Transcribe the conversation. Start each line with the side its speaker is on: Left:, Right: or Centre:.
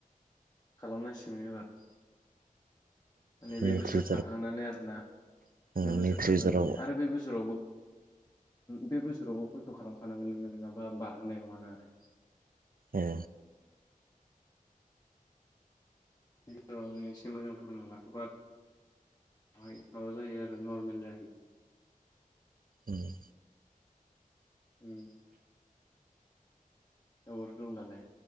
Left: खालामनांसिगोन एबार माने बे
Right: मेट्रिक
Left: बोसोर थांखांनानै आरोना
Right: जराव
Left: बे बोसोर
Right: मेट्रिक
Left: थांखांनानै
Right: जराव
Left: आरो बे बोसोरावबो बे बोसोरावबो खस्थ' खालामखानांगोन नोङो नङाबा बारहोनाय नङाना आरो।
Right: ए।
Left: गेजेरावनो एसे मोजां फोरोंना लाखोबा माबा जायो आरो नरमेल जाहै
Right: उम।
Left: उम अबावथो दं दालाय